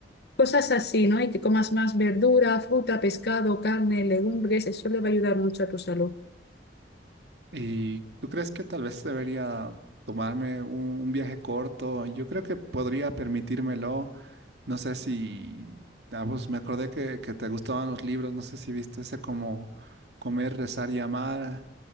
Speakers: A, on the left; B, on the right.
A: Cosas así, ¿no? Y que comas más verdura, fruta, pescado, carne, legumbres, eso le va a ayudar mucho a tu salud.
B: ¿Y tú crees que tal vez debería tomarme un, un viaje corto? Yo creo que podría permitírmelo. No sé si, ah, pues me acordé que, que te gustaban los libros. No sé si viste ese como comer, rezar y amar